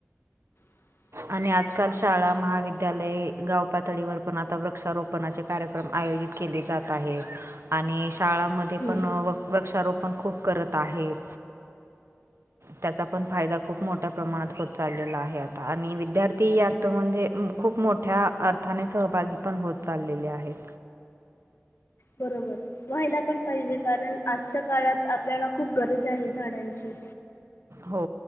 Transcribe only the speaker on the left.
<unintelligible>
हो
बरोबर... व्हायला पण पाहिजे. कारण आजच्या काळात आपल्याला खूप गरज आहे झाडांची.